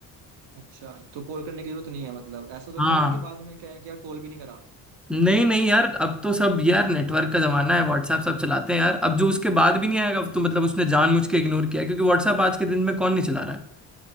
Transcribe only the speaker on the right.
अच्छा तो कॉल करने की जरूरत नहीं है मतलब ऐसा तो
नहीं होगा कि बाद में कहें कि यार कॉल भी नहीं करा